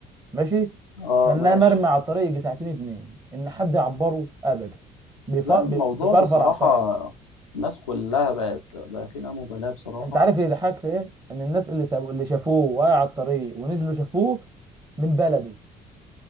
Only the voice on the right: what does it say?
ماشي
كان
مرمي على الطريق يجي ساعتين اتنين ان حد يعبره ابدا بيف-
بيفرفر
على الطريق
انت عارف اللي يضحك في ايه ان الناس اللي سابوا اللي شافوه واقع على الطريق ونزلوا شافوه من بلده